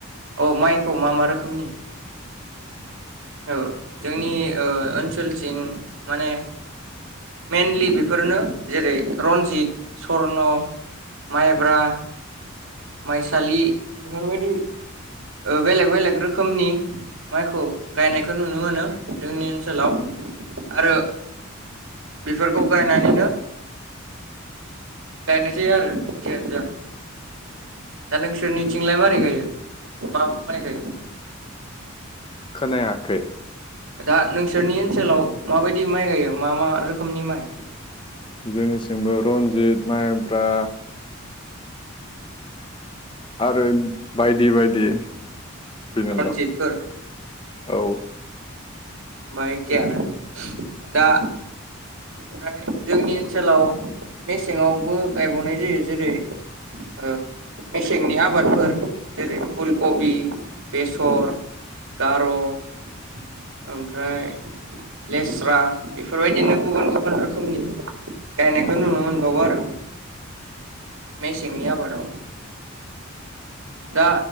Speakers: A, on the right; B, on the left.
A: अ माइखौ मा मा रोखोमनि? ओ जोंनि ओ ओनसोलथिं माने मेइनलि बेफोरनो जेरै रन्जित, सर्न, माइब्रा माइसालि बेफोरबायदि बेलेग बेलेग रोखोमनि माइखौ गायनायखौ नुनो मोनो जोंनि ओनसोलाव आरो बेफोरखौ गायनानैनो गायनाय जायो आरो जियानो जा दा नोंसोरनिथिंलाय मारै गायो मा मा माइ गायो?
B: खोनायाखै
A: दा नोंसोरनि ओनसोलाव माबायदि माइ गायो मा मा रोखोमनि माइ?
B: जोंनिथिंबो रन्जित, माइब्रा आरो बायदि बायदि। बेनोल
A: रनजितफोर
B: औ
A: होमबा एखेयानो दा ओमफ्राय जोंनि ओनसोलाव मेसेङावबो गायबावनाय जायो जेरै ओ मेसेंनि आबादफोर जेरै फुल कबि, बेसर गार ओमफ्राय लेस्रा बेफोरबायदिनो गुबुन गुबुन फोर रोखोमनि गायनायखौ नुनो मोनबावो आरो मेसेंनि आबादाव दा